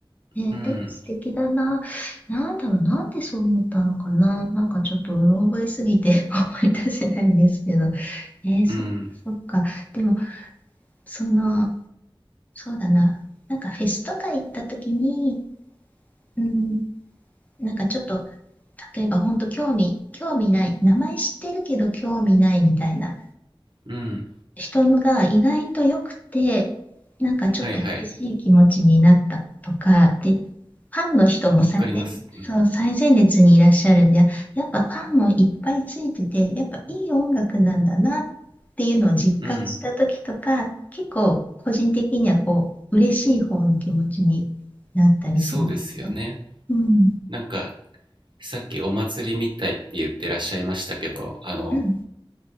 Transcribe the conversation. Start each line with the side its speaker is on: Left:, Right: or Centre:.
Left: ね、
Right: うん。
Left: で、素敵だな。なんだろう、なんでそう思ったのかな。なんかちょっとうろ覚えすぎて <laughs> 思い出せないんですけど。えー、そっかそっか。
Right: うん。
Left: でも、その、そうだな。なんかフェスとか行った時に、うん、なんかちょっと、例えば本当興味、興味ない、名前知ってるけど興味ないみたいな
Right: うん。
Left: 人のが意外と良くて、なんかちょっと嬉しい気持ちになったとか、
Right: はいはい。
Left: で、ファンの人も最前、
Right: わかります。うん。
Left: そう、最前列にいらっしゃるんで、やっぱファンもいっぱいついてて、やっぱいい音楽なんだなっていうのを実感した時とか、
Right: うん。
Left: 結構個人的にはこう、嬉しい方の気持ちになったりしますね。
Right: そうですよね。
Left: うん。
Right: なんかさっきお祭りみたいって言ってらっしゃいましたけど、あの、
Left: うん。